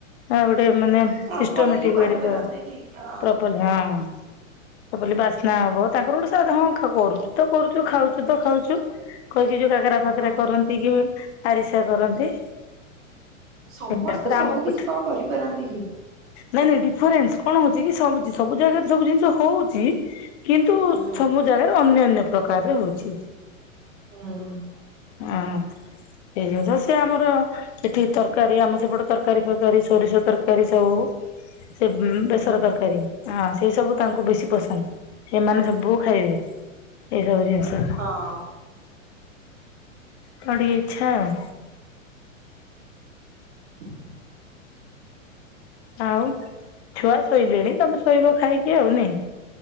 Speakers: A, on the left (about 55°); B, on the right (about 75°).
A: ଗୋଟେ ମାନେ
B: ପ୍ରପରଲି
A: ସିଷ୍ଟମେଟିକ
B: କରିପାରନ୍ତିନି
A: ୱେ ରେ କରନ୍ତି
B: ଅ
A: ପ୍ରପଲି ହଁ। ମୁଁ କହିଲି ବାସ୍ନା ହବ ତାଙ୍କର ଗୋଟେ ସାଦା ହଁ କରୁଛୁ ତ କରୁଛୁ ଖାଉଛୁ ତ ଖାଉଛୁ। କହିଛି ଯୋଉ କାକରା
B: ହଁ।
A: ଫାକରା କରନ୍ତି କି ଆରିସା କରନ୍ତି।
B: ସମସ୍ତେ
A: ତାପରେ
B: ସବୁ
A: ଆମର ପିଠା
B: କିଛି କଣ କରିପାରନ୍ତି କି?
A: ନାଇଁ ନାଇଁ ଡିଫରେନ୍ସ କଣ ହଉଛି କି ସବୁଛି ସବୁ ଜାଗାରେ ସବୁ ଜିନିଷ ହଉଛି। କିନ୍ତୁ
B: ହୁଁ
A: ସବୁ ଜାଗାରେ ଅନ୍ୟା ଅନ୍ୟ ପ୍ରକାରରେ ହଉଛି।
B: ହଁ
A: ହ ତେଣୁ ସେ ଆମର ଏଠି ତରକାରୀ ଆମ ସେପଟେ ତରକାରୀ ଫରକାରୀ ସୋରିଷ ତରକାରୀ ସବୁ ସେ
B: ହୁଁ
A: ବେସର ତରକାରୀ ହ ସେ ସବୁ ତାଙ୍କୁ ବେଶୀ ପସନ୍ଦ। ଏମାନେ ସବୁ ଖାଇବେ ଏଇସବୁ ଜିନିଷ।
B: ହଁ
A: ତ ଟିକେ ଇଚ୍ଛା ଆଉ।
B: <unintelligible>
A: ଆଉ ଛୁଆ ଶୋଇଲେଣି ତମେ ଶୋଇବ ଖାଇକି ଆଉ ନେ।